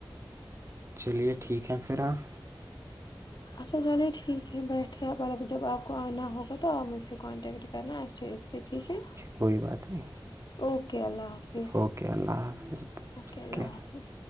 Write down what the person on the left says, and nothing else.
اچھا چلیے ٹھیک ہے بیٹھے مطلب جب آپ کو آنا ہوگا تو آپ مجھ سے کانٹیکٹ کرنا اچھا سے ٹھیک ہے
اوکے اللہ حافظ
اوکے
اللہ
حافظ